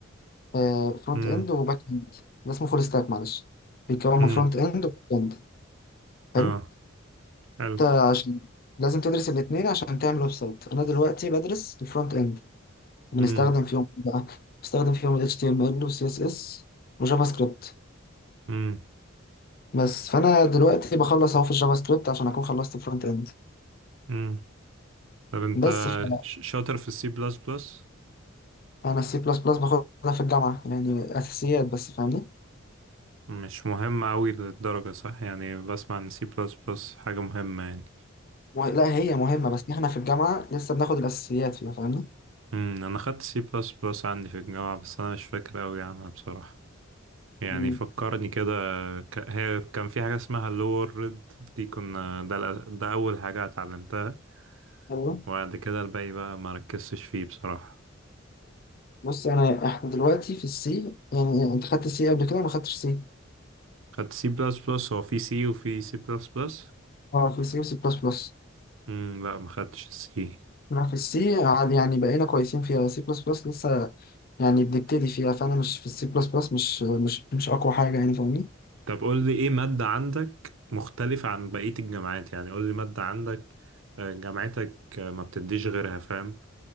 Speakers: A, on the left; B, on the right.
A: آه فرونت
B: امم
A: اند وباك اند ده اسمه فول ستاك معلش بيتكون
B: امم
A: من فرونت اند وباك اند حلو
B: اه حلو
A: انت عشان لازم تدرس الاثنين عشان تعمل ويب سايت انا دلوقتي بدرس الفرونت اند بنستخدم
B: امم
A: فيهم إيه بقى بنستخدم فيهم ال HTML وال CSS وجافا سكريبت
B: امم
A: بس فانا دلوقتي بخلص اهو في الجافا سكريبت عشان اكون خلصت فرونت اند
B: امم طب انت
A: بس فانا
B: ش- شاطر في السي بلس بلس
A: السي بلس بلس باخدها في الجامعه يعني اساسيات بس فاهمني
B: مش مهم قوي للدرجة صح يعني بسمع ان سي بلس بلس حاجة مهمة يعني
A: مه- لا هي مهمه بس احنا في الجامعه لسه بناخد الاساسيات فيها فاهمني
B: امم انا خدت سي بلس بلس عندي في الجامعة بس انا مش فاكر قوي عنها بصراحة يعني
A: مم.
B: فكرني كده ك... هي كان في حاجة اسمها لور ريد دي كنا ده, الأ- ده اول حاجة اتعلمتها
A: ايوه
B: وبعد كده الباقي بقى ما ركزتش فيه بصراحة
A: بص انا احنا دلوقتي في السي يعني انت خدت السي قبل كده ولا ما خدتش سي
B: خدت سي بلس بلس هو في سي وفي سي بلس بلس
A: اه في سي وسي بلس بلس
B: امم لا ما خدتش السي
A: انا في السي عاد يعني بقينا كويسين فيها سي بلس بلس لسه يعني بنبتدي فيها فانا مش في السي بلس بلس مش مش مش اقوى حاجه يعني فاهمني
B: طب قول لي ايه مادة عندك مختلفة عن بقية الجامعات يعني قول لي مادة عندك آه، جامعتك آه، ما بتديش غيرها فاهم